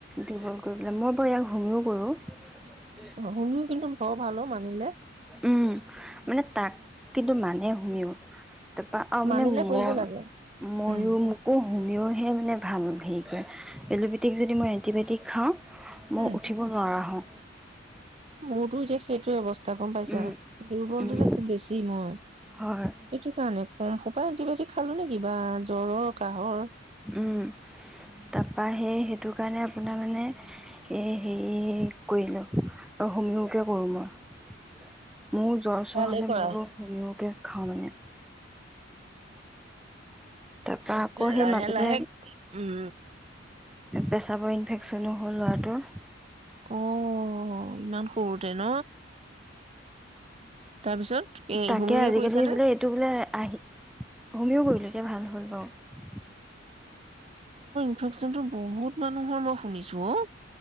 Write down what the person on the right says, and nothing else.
শুনো কিন্তু একদম খ ভালো মানিলে
মানিলে
কৰিব লাগে
উম
উম
মোৰতো এতিয়া সেইটোয়ে অৱস্থা তাগম পাইছা
দুৰ্বলটো
যে খুব বেছি মই সেইটো
কাৰণে কম ক এণ্টিবায়টিক খালো নে কিব বা জ্বৰৰ কাঁহৰ
ভালেই
কৰা
লাহে
লাহেক উম
অঁঅ ইমান সৰুতে ন তাৰপিছত এ
হোমিয়ে
কৰিছানে?
প্ৰশ্ন তো বহুত মানুহৰ মই শুনিছো অ